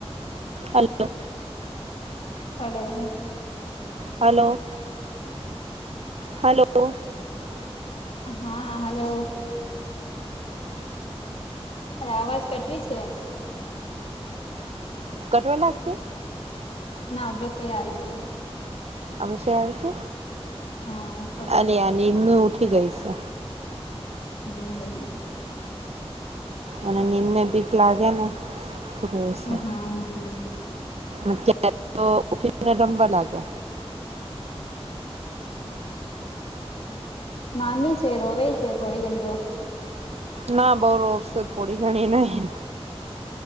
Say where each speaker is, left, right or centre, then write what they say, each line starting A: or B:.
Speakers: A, on the right (about 75°); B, on the left (about 65°).
A: હલ્લો
B: હાલો.
A: હાલો, હાલો.
B: હા, હલો. અરે આવાજ કટરી છે.
A: કટવા લાગતી
B: ના અભ્યાસયારી છે.
A: અશે આવશે
B: હા સબ
A: અને
B: તૈયાર
A: આની ઉઠી ગઈ છે.
B: હું.
A: અને નીંદને બીક લાગે ને થોશે.
B: હમ
A: અત્યારે તો ઉભીને રમવા લાગે.
B: નાની છે, રોવે છે, થોડી ઘણી તો
A: ના બઉ રોપશે થોડી ઘણી નહીં.